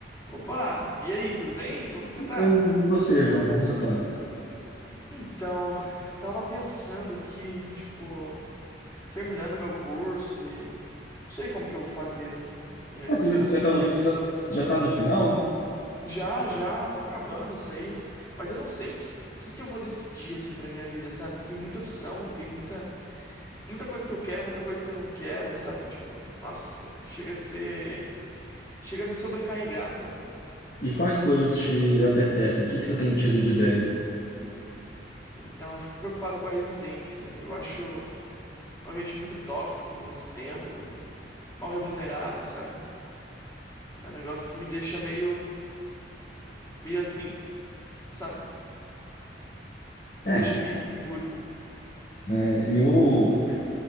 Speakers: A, on the left; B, on the left.
A: Opa, e aí, tudo bem? Como que você tá?
B: Bem, E você, João, como você tá?
A: Então, tava pensando aqui, tipo, terminando meu curso e não sei como que eu vou fazer assim, minha-
B: Ah,
A: como
B: Você
A: que
B: já
A: eu
B: você
A: vou seguir
B: já tá no,
A: minha
B: você
A: vida.
B: já, já tá no final?
A: Já, já, tô acabando isso aí, mas eu não sei que que, que eu vou decidir assim pra minha vida, sabe? Tem muita opção, tem muita muita coisa que eu quero, muita coisa que eu não quero, sabe? Tipo, nossa, chega a ser, chega a me sobrecarregar, sabe?
B: E quais coisas te apetecem? O que que você tem tido de ideia?
A: Então, eu fico preocupado com a residência. Eu acho um ambiente muito tóxico, muito tempo, mal remunerado, sabe? É um negócio que me deixa meio, meio assim, sabe? Me
B: É,
A: deixa meio seguro.
B: né, eu,